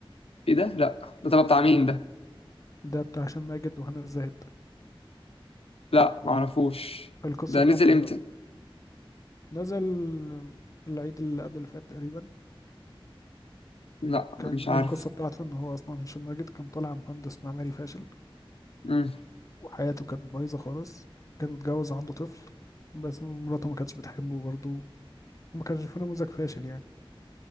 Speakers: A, on the left; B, on the left.
A: ايه ده لا ده تبع بتاع مين ده
B: ده بتاع هشام ماجد وهنا الزاهد
A: لا معرفوش
B: القصه
A: ده
B: بتاعته
A: نزل
B: حلوه
A: امتى
B: نزل العيد اللي قبل اللي فات تقريبا
A: لا
B: كان
A: مش عارف
B: القصه بتاعته ان هو اصلا هشام ماجد كان طالع مهندس معماري فاشل
A: مم.
B: وحياته كانت بايظه خالص كان متجوز عنده طفل بس مراته ما كانتش بتحبه برضه وما كانش في نموذج فاشل يعني